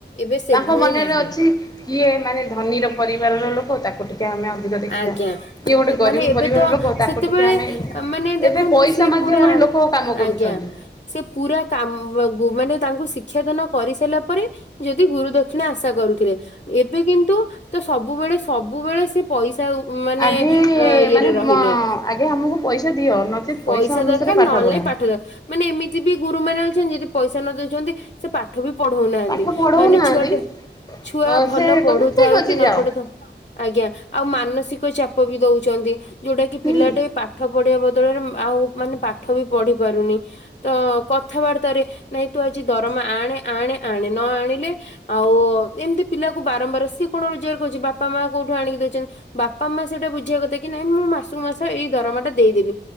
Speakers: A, on the left (about 40°); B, on the left (about 20°).
A: ଏବେ ସେଭଳି
B: ତାଙ୍କ ମନରେ
A: ନାହିଁ
B: ଅଛି କିଏ ମାନେ ଧନୀର ପରିବାରର ଲୋକ ତାକୁ ଟିକେ ଆମେ ଅଧିକ ଦେଖିବା
A: ଆଜ୍ଞା
B: କିଏ ଗୋଟେ ଗରିବ
A: ମାନେ ଏବେ
B: ପରିବାର
A: ତ
B: ଲୋକ ତାକୁ
A: ସେତେବେଳେ
B: ଟିକେ ଆମେ
A: ମାନେ
B: ଏବେ
A: ଦେଖନ୍ତୁ
B: ପଇସା
A: ସିଏ
B: ମାଧ୍ୟମରେ
A: ପୁରା
B: ଲୋକ କାମ କରୁଛନ୍ତି।
A: ଆଜ୍ଞା ସିଏ ପୁରା କାମ ବ ଗୁ ମାନେ ତାଙ୍କୁ ଶିକ୍ଷାଦାନ କରିସାରିଲା ପରେ ଯଦି ଗୁରୁ ଦକ୍ଷିଣ ଆଶା କରୁ ଥିଲେ ଏବେ କିନ୍ତୁ ତ ସବୁବେଳେ ସବୁବେଳେ ସେ ପଇସା ଉପ ମାନେ
B: ଆଗେ
A: ଅଁ ଇଏରେ
B: ମାନେ
A: ରହିଲେ।
B: ମ ଆଗେ ଆମକୁ ପଇସା ଦିଅ ନଚେତ୍
A: ପଇସା
B: ଅନୁସାରେ
A: ଦରକାର ନହେଲେ
B: ପଢ଼ା।
A: ପାଠ ଦବ ମାନେ ଏମିତି ବି ଗୁରୁ ମାନେ ଅଛନ୍ତି ଯ ପଇସା ନ ଦଉଛନ୍ତି ସେ ପାଠ ବି ପଢଉନାହାନ୍ତି
B: ପାଠ ପଢଉନାହାନ୍ତି
A: ମାନେ ଛୁଆଟେ ଛୁଆ
B: ଅ
A: ଭଲ
B: ସେ କହୁଛନ୍ତି
A: ପଢୁଥାଉ
B: ଠିକ୍ ଅଛି
A: କି ନ
B: ଯାଅ
A: ପଢୁଥାଉ ଆଜ୍ଞା ଆଉ ମାନସିକ ଚାପ ବି ଦଉଛନ୍ତି ଯୋଉଟା କି
B: ହୁଁ।
A: ପିଲାଟେ ପାଠ ପଢିବା ବଦଳରେ ମ ଆଉ ମାନେ ପାଠ ବି ପଢି ପାରୁନି ତ କଥାବାର୍ତ୍ତା ରେ ନାଇଁ ତୁ ଆଜି ଦରମା ଆଣ ଆଣେ ଆଣେ ନ ଆଣିଲେ ଆଉ ଏମିତି ପିଲାକୁ ବାରମ୍ବାର ସିଏ କଣ ରୋଜଗାର କହୁଛି ବାପା ମା କୋଉଠୁ ଆଣି ଦେଉଛନ୍ତି ବାପା ମା ସେଇଟା ବୁଝିବା କଥା କି ନାଇଁ ମୁଁ ମାସକୁ ମାସ ଏଇ ଦରମା ଟା ଦେଇଦେବିଁ